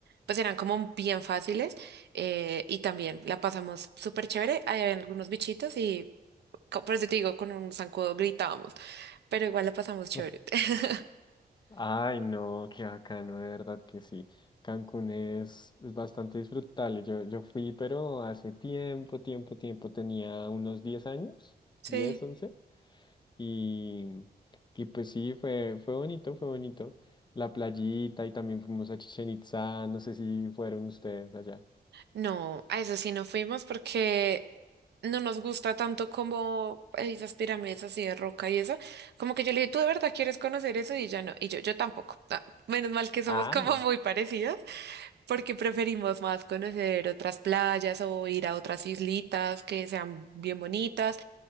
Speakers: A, on the right; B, on the left.
A: pues eran como bien fáciles eh, y también la pasamos súper chévere. Hay algunos bichitos y co- por eso te digo, con un zancudo gritábamos, pero igual la pasamos chévere.
B: <laughs>
A: <laughs>
B: Ay, no, qué bacano, de verdad que sí. Cancún es, es bastante disfrutable. Yo, yo fui, pero hace tiempo, tiempo, tiempo, tenía unos 10 años,
A: Sí.
B: 10, 11 y, y pues sí, fue, fue bonito, fue bonito. La playita y también fuimos a Chichen Itzá, no sé si fueron ustedes allá.
A: No, a eso sí no fuimos porque no nos gusta tanto como esas pirámides así de roca y eso. Como que yo le dije, ¿tú de verdad quieres conocer eso? Y ya no. Y yo, yo tampoco. Ah, menos mal que somos
B: Ah,
A: como
B: no.
A: muy parecidos porque preferimos más conocer otras playas o ir a otras islitas que sean bien bonitas